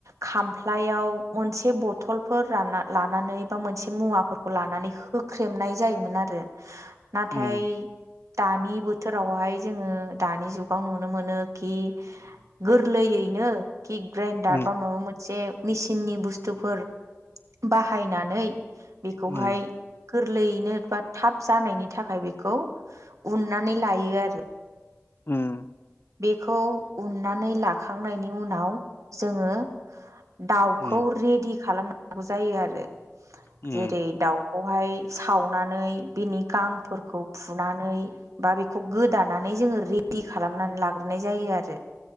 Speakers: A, on the right (about 80°); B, on the left (about 50°).
A: खामफ्लायाव। मोनसे बथल लानानै बा मोनसे मुवाफोरखौ लानानै होख्रेमनाय जायोमोन। आरो नाथाय।
B: उम
A: दानि बोथोरावहाय जोङो दानि जुगाव नुनो मोनो कि गोरलैयैनो। कि ग्राइडार
B: उम
A: बा माबा मोनसे मेसिननि बुस्थुफोर बाहायनानै बेखौहाय
B: उम
A: गोरलैयैनो बा थाब जानायनि थाखाय बेखौ उननानै लायो आरो।
B: उम
A: बेखौ उननानै लाखांनायनि उनाव जोङो दाउखौ
B: उम
A: रेडि खालामनांगौ जायो आरो
B: उम
A: जेरै दाउखौ बहाय सावनानै बिनि गांफोरखौ फुनानै बा बेखौ गोदानानै जोङो रेडि खालामनानै लाग्रो नाय जायो आरो